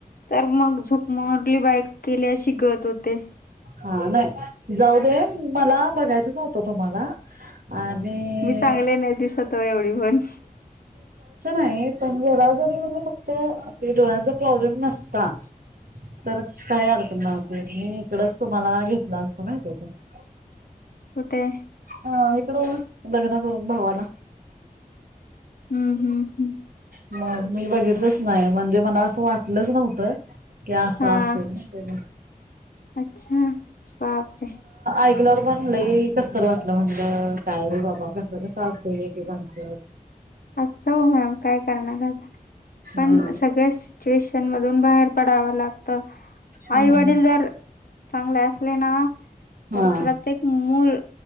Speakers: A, on the left (about 75°); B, on the right (about 70°).
A: तर मग झकमरली बायक केल्या शिकत होते
B: हा नाही - जाऊ दे मला बघायचं च होत तुम्हाला आणिइइ
A: मी चांगले नाही दिसत एवढी पण.
B: नाही पण जरा जरी म्हणजे फक्त डोळ्यांचा प्रॉब्लेम नसता तर काय अर्थ न मी इकडच तुम्हाला घेतला असत, माहिती आहे का?
A: कुठे?
B: हा इकड लग्न करून भावाला
A: हम्म हम्म हम्म.
B: मग मी बघितलंच नाही म्हणजे मला असं वाटलच नव्हत -की असं
A: हा
B: असेल, माहिताय काय?
A: अच्छा बापरे!
B: पण कस्तर वाटल, म्हटलं काय रे बाबा कस कस असतय एकेकांच!
A: अस मॅम काय करणार आहात
B: हा
A: पण सगळ्या सिच्युएशन मधून बाहेर पडावा लाग त
B: हम्म
A: आई वडील जर चांगले असले ना
B: हा
A: तर प्रत्येक मूल